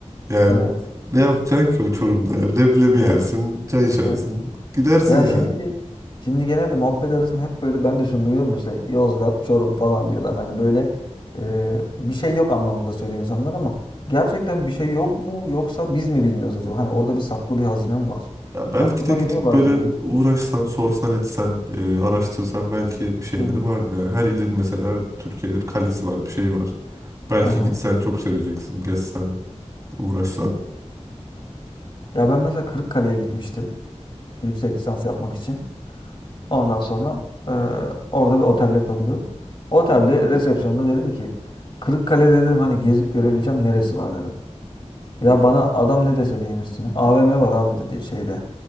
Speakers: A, on the right (about 30°); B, on the left (about 45°).
A: yani
B: Evet.
A: ne yapacaksın ki o Çorum'da ya? leblebi yersin çay içersin
B: evet.
A: gidersin
B: Ya
A: yani
B: şimdi şimdi genelde muhabbet arasında hep böyle ben de şunu duyuyorum işte Yozgat, Çorum falan diyorlar. Hani böyle e, bir şey yok anlamında söylüyor insanlar ama gerçekten bir şey yok mu yoksa biz mi bilmiyoruz acaba? Hani orada bir saklı bir hazine mi var?
A: ya belki
B: Aklıma
A: de gidip
B: geliyor bazen
A: böyle
B: ya.
A: uğraşsan sorsan etsen e, araştırsan belki bir şeyleri
B: Hı.
A: vardır yani her ilin mesela Türkiye'de bir kalesi var bir şey var belki
B: Aha.
A: gitsen çok seveceksin gezsen uğraşsan
B: Ya ben mesela Kırıkkale'ye gitmiştim yüksek lisans yapmak için. Ondan sonra e, orada bir otelde kalıyorum. Otelde resepsiyonda dedim ki Kırıkkale dedim hani gezip görebileceğim neresi var dedim. Ya bana adam ne dese beğenirsin ya. AVM var abi dedi şeyde.